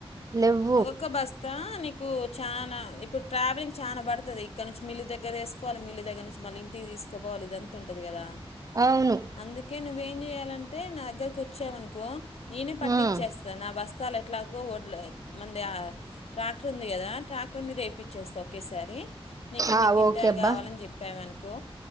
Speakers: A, on the right; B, on the left.
A: లేవ్
B: ఒక్కొక్క బస్తా ఆహ్ నీకు చాలా ఇప్పుడు ట్రావెలింగ్ చానా పడుతది ఇక్కడ నుంచి మిల్లు దగ్గర వేసుకోవాలి మిల్లు దగ్గర నుంచి మళ్ళీ ఇంటికి తీసుకుపోవాలి ఇదంత ఉంటుంది కదా ఆహ్
A: అవును
B: అందుకే నువ్వేం జెయి చేయాలంటే నా దగ్గరకు వచ్చావనుకో నేనే పట్టించేస్తా
A: ఉమ్,
B: నా వస్తాల ఎట్లాగో వడ్లవి మంది ట్రాక్టర్ ఉంది కదా ట్రాక్టర్ మీద వేప్పిచ్చేస్తా ఒకేసారి నీకి ఇన్ని
A: ఆ
B: క్వింటాల్
A: ఓకే అబ్బా
B: కావాలని చెప్పవనుకో